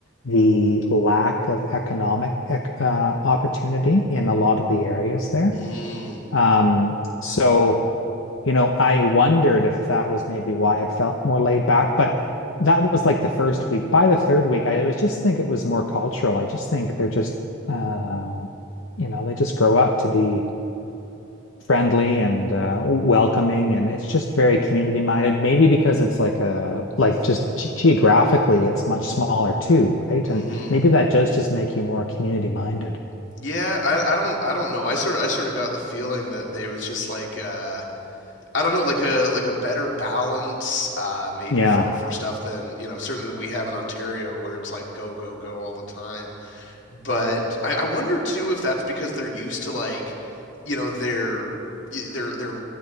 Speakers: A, on the left; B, on the left.
A: the lack of economic uh, opportunity in a lot of the areas there.
B: Mm,
A: Um, so, you know, I wondered if that was maybe why it felt more laid back, but that was like the first week. By the third week, I was just think it was more cultural. I just think they're just, uh, you know, they just grow up to be friendly and uh, welcoming, and it's just very community minded. Maybe because it's like a like just ge- geographically, it's much smaller too, right?
B: hmm
A: And maybe that does just make you more community minded.
B: Yeah, I, I don't I don't know. I sort I sort of got the feeling that they was just like uh, I don't know, like a like a better balance uh, maybe
A: Yeah,
B: for, for stuff than you know certainly than we have in Ontario where it's like go go go all the time. But I, I wonder too if that's because they're used to like, you know, their their their